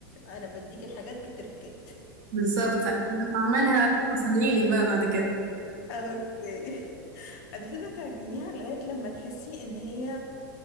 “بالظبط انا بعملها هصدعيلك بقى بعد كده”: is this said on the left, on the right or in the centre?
Right